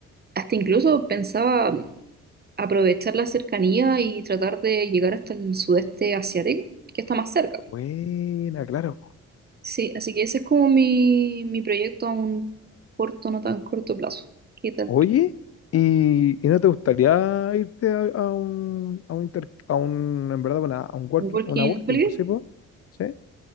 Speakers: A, on the right (about 30°); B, on the left (about 50°).
A: Hasta incluso pensaba aprovechar la cercanía y tratar de llegar hasta el sudeste asiático, que está más cerca.
B: Buena, claro. po.
A: Sí, así que ese es como mi, mi proyecto a un corto, no tan corto plazo. ¿Qué tal
B: Oye,
A: tú?
B: ¿y, y no te gustaría irte a, a un, a un, inter- a un, en verdad, una, a un working,
A: Un Working
B: una working,
A: Holiday,
B: pues sí, po? ¿Sí?